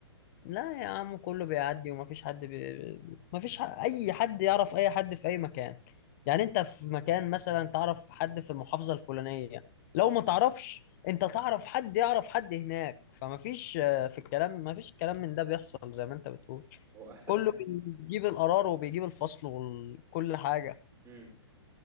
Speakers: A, on the left; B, on the right.
A: لا يا عم كله بيعدي ومفيش حد بي... مفيش ح... اي حد يعرف اي حد في اي مكان يعني انت في مكان مثلا تعرف حد في المحافظة الفلانية لو ما تعرفش انت تعرف حد يعرف حد هناك فمفيش آه، في الكلام مفيش كلام من ده بيحصل زي ما انت بتقول
B: هو احسن
A: كله
B: حد
A: بيجيب القرار وبيجيب الفصل وكل حاجة
B: امم